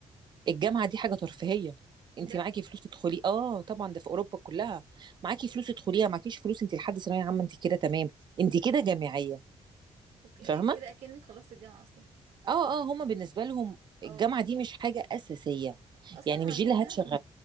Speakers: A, on the right; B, on the right.
A: الجامعة دي حاجة ترفيهية انت
B: بجد
A: معاكي فلوس تدخلي اه طبعا ده في اوروبا كلها معاكي فلوس تدخليها معكيش فلوس انت لحد ثانوية عامة انت كده تمام انت كده جامعية
B: اوكي
A: فاهمة
B: كده اكنك خلصت الجامعه اصلا
A: اه اه هما بالنسبة لهم
B: اه
A: الجامعة دي مش حاجة أساسية
B: اصلا
A: يعني مش
B: عندنا
A: دي اللي هتشغل